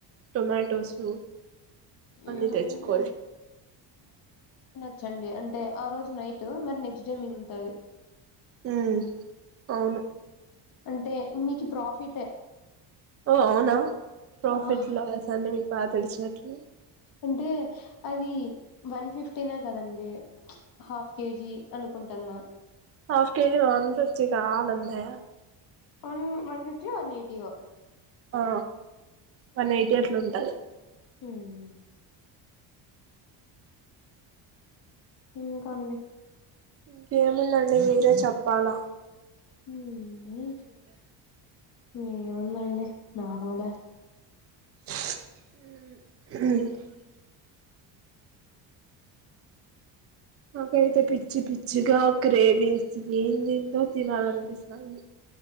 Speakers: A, on the right (about 30°); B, on the left (about 50°).
A: టొమెటోసు,
B: మ్మ్
A: అన్ని తెచ్చుకోల్.
B: చ్చండి అంటే ఆ రోజు నైట్ మర్ నెక్స్ట్డే మిగులుతది
A: ఉమ్ అవును
B: అంటే మీకి ప్రాఫిట్
A: ఓ అవునా, ప్రాఫిట్
B: ఆహ్
A: లాస్ అన్ని మీక్ బా తెలిసినట్టున్నయ్
B: అంటే అది వన్ ఫిఫ్టీనే కదండి, హాఫ్ కేజీ అనుకుం టన్నా
A: హాఫ్ కేజి వన్ ఫిఫ్టీ కాదండే
B: మ్ వన్ ఫిఫ్టీయె, వన్ ఎయిటీయె.
A: ఆ, వన్ ఎయిటీ అట్లున్టది.
B: మ్మ్ ఇకాండి?
A: ఇంకేముందండి మీరే చెప్పాల!
B: <unintelligible> మండె నార్మలె
A: మ్ మాకైతే పిచ్చి పిచ్చిగా గ్రీవింగ్స్, ఇదేంఏంది ఏందో తినాలనిపిస్తాంది.